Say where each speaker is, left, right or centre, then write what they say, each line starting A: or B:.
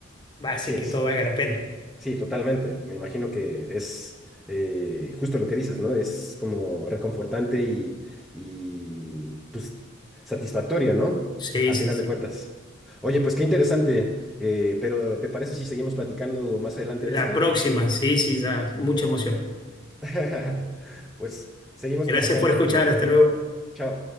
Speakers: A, on the left; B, in the centre.
A: hacen
B: sí, es.
A: que todo valga la pena.
B: Sí, totalmente. Me imagino que es eh, justo lo que dices, ¿no? Es como reconfortante y, y, pues satisfactorio, ¿no?
A: Sí,
B: A
A: sí,
B: final
A: sí.
B: de cuentas. Oye, pues qué interesante. eh, pero ¿te parece si seguimos platicando más adelante
A: La
B: de esto?
A: próxima, sí, sí, ya. Mucha emoción.
B: <laughs> Pues seguimos
A: Gracias
B: platicando.
A: por escuchar, hasta luego.
B: Chao.